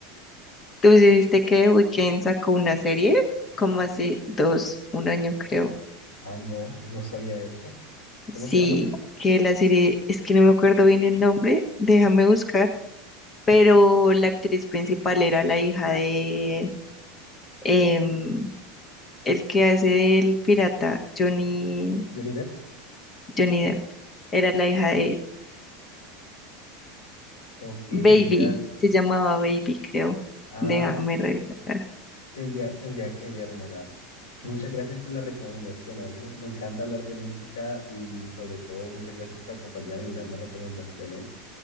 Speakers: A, on the left; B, on the left.
A: ¿Tú sí viste que Weeknd sacó una serie? Como hace dos, un año creo.
B: Ah, no, no sabía eso. ¿Cómo
A: Sí,
B: se llama?
A: que la serie, es que no me acuerdo bien el nombre, déjame buscar, pero la actriz principal era la hija de em, el que hace el pirata, Johnny,
B: Johnny Depp.
A: Johnny Depp. Era la hija de él.
B: Ok,
A: Baby,
B: mira,
A: se llamaba Baby, creo.
B: ah,
A: Déjame revisar.
B: tendría, tendría que vérmela. Muchas gracias por la recomendación, oye. Me encanta hablar de música y sobre todo muchas gracias por acompañarme y darme recomendaciones.